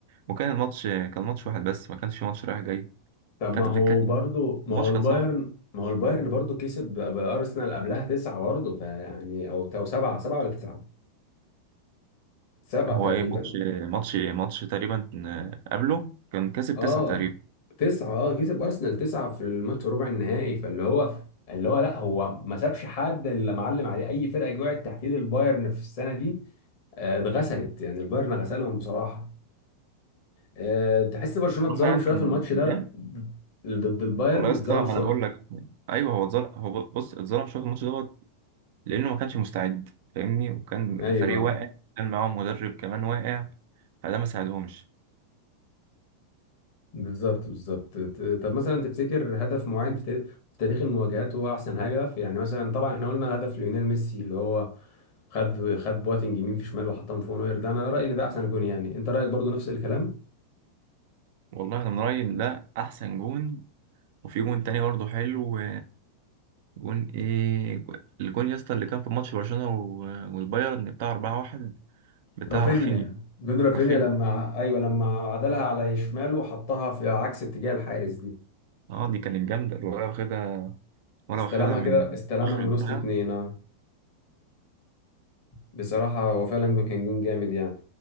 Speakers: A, on the right (about 50°); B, on the left (about 50°).
A: وكان الماتش كان ماتش واحد بس ما كانش ماتش رايح جاي
B: طب
A: فأنت
B: ما هو
A: بتتكلم
B: برضو ما
A: الماتش
B: هو البايرن
A: كان صعب
B: ما هو البايرن برضو كسب ب- بارسنال قبلها تسعة برضه فيعني او او سبعة سبعة ولا تسعة سبعة
A: هو
B: تقريبا
A: ايه ماتش ماتش ماتش تقريبا آه، قبله كان كسب
B: اه
A: تسعة تقريبا
B: تسعة اه كسب ارسنال تسعة في الماتش في ربع النهائي فاللي هو اللي هو لا هو ما سابش حد اللي معلم عليه اي فرقة وقعت تحت ايد البايرن في السنة دي آه، اتغسلت يعني البايرن غسلهم بصراحة آه، تحس برشلونة اتظلم
A: روحه يعني
B: شوية
A: كان
B: في الماتش
A: كان
B: ده
A: جامد
B: ضد البايرن
A: والله يا
B: اتظلم
A: اسطى انا
B: شوية
A: بقول لك ايوه هو اتظلم هو ب- بص اتظلم شويه في الماتش دوت لانه ما كانش مستعد فاهمني وكان
B: ايوه
A: الفريق واقع كان معاهم مدرب كمان واقع فده ما ساعدهمش
B: بالظبط بالظبط ت- طب مثلا تفتكر هدف معين في تاريخ في تاريخ المواجهات هو احسن هدف يعني مثلا طبعا احنا قلنا هدف ليونيل ميسي اللي هو خد خد بواتنج يمين في شمال وحطهم فوق نوير ده انا رأيي ان ده احسن جون يعني انت رأيك برضو نفس الكلام
A: والله انا من رايي إن ده احسن جون وفي جون تاني برضه حلو جون ايه الجون يا اسطى اللي كان في ماتش برشلونه و- والبايرن بتاع 4-1 بتاع
B: رافينيا
A: رافينيا
B: جون رافينيا
A: رافينيا
B: لما ع- ايوه لما عدلها على شماله وحطها في عكس اتجاه الحارس دي
A: اه دي كانت جامده ولا واخدها ولا
B: استلمها
A: واخدها من
B: كده استلمها
A: اخر البتاع
B: من وسط اتنين آه. بصراحة هو فعلا كان جون جامد يعني